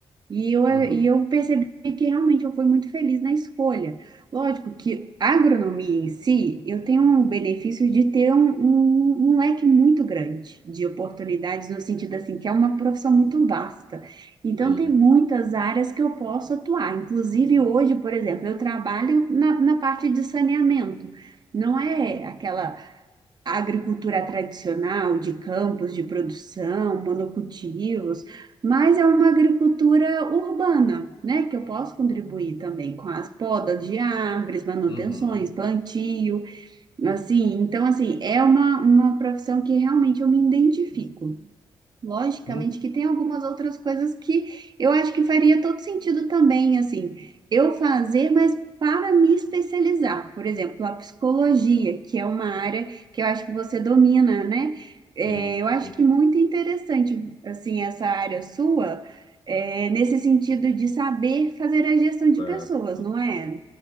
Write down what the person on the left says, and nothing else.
uhum,
sim,
uhum,
uhum.
Mu-
Sim,
sim,
certo.